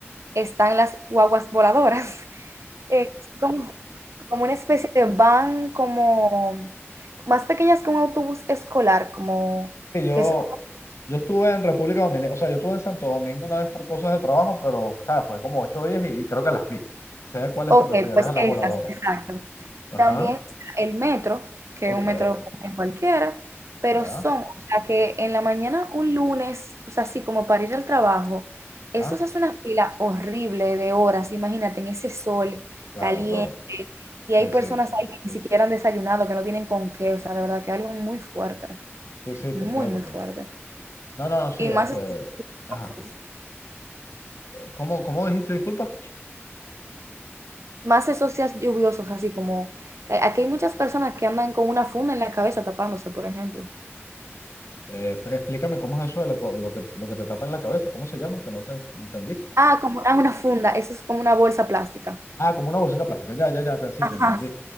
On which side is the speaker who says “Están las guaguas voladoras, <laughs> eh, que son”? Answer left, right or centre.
Right